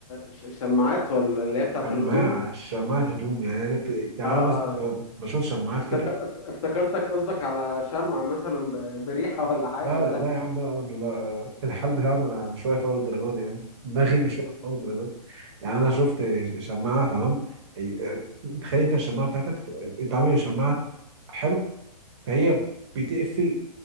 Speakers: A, on the left; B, on the right.
A: ش- شماعات ولا اللي هي بتاعت
B: شماعه
A: الهدوم
B: شماعه هدوم يعني أنا- يعني
A: اه
B: انا مثلا ب-
A: اه
B: بشوف شماعات
A: افتكر-
B: كده
A: افت- افتكرتك قصدك على شمعة مثلا ب- بريحة ولا حاجة
B: لا
A: لا.
B: لا لا يا عم لا انا مش لا الحال بتاعنا مش واقف اول الدرجه دي يعني دماغي مش واقف اول الدرجه دي يعني انا شفت شماعه تمام إيه، تخيل انت الشماعه بتاعتك اتعمل شماعه حلو فهي بتقفل